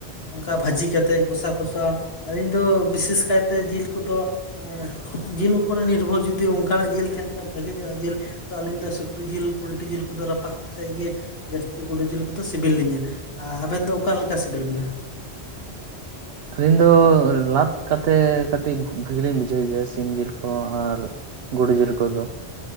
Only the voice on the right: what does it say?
ᱟᱹᱞᱤᱧ ᱫᱚ ᱞᱟᱛ ᱠᱟᱛᱮ ᱠᱟᱹᱴᱤᱡ ᱵᱷᱟᱜᱤ ᱞᱤᱧ ᱵᱩᱡᱷᱟᱹᱣ ᱜᱮᱭᱟ ᱥᱤᱢ ᱡᱤᱞ ᱠᱚ ᱟᱨ ᱜᱩᱰᱩ ᱡᱤᱞ ᱠᱚᱫᱚ